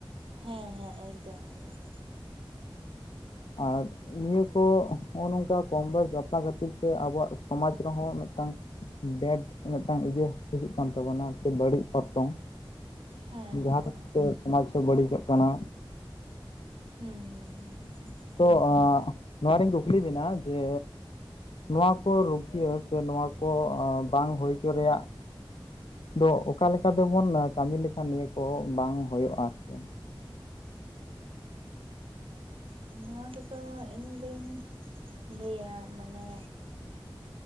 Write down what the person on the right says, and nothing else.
ᱦᱮᱸ ᱦᱮᱸ ᱮᱠᱫᱚᱢ ᱮᱠᱫᱚᱢ
ᱦᱮᱸ
ᱦᱮᱸ
ᱦᱩᱸ ᱦᱩᱸ ᱦᱩᱸ ᱦᱩᱸ
ᱩᱸ ᱱᱚᱣᱟ ᱠᱚᱫᱚ ᱤᱧ ᱫᱩᱧ ᱞᱟᱹᱭᱟ ᱢᱟᱱᱮ